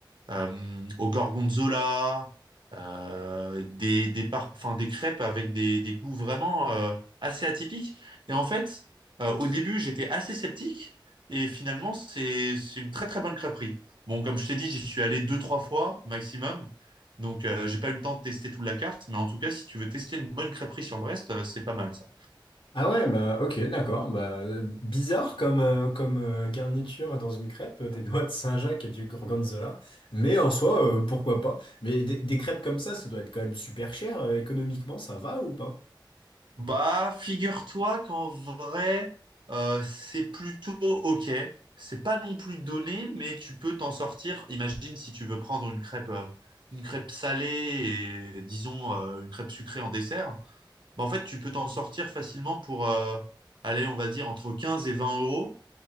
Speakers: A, on the right (about 70°); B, on the left (about 85°).
A: euh, au gorgonzola, euh, des, des, par- enfin, des crêpes avec des, des goûts vraiment euh, assez atypiques. Et en fait, euh, au début, j'étais assez sceptique et finalement, c'est, c'est une très très bonne crêperie. Bon, comme je t'ai dit, j'y suis allé deux, trois fois maximum. Donc, euh, j'ai pas eu le temps de tester toute la carte, mais en tout cas, si tu veux tester une bonne crêperie sur Brest, euh, c'est pas mal ça.
B: Ah ouais, bah ok, d'accord. Bah, bizarre comme, euh, comme euh, garniture dans une crêpe, euh, des noix de Saint-Jacques et du gorgonzola. Mais en soi, euh, pourquoi pas? Mais des, des crêpes comme ça, ça doit être quand même super cher. euh, économiquement, ça va ou pas?
A: Bah, figure-toi qu'en vrai, euh, c'est plutôt OK. C'est pas non plus donné, mais tu peux t'en sortir. Imagine si tu veux prendre une crêpe, euh, une crêpe salée et disons euh, une crêpe sucrée en dessert. Bah, en fait, tu peux t'en sortir facilement pour euh, aller, on va dire, entre 15 et 20 euros.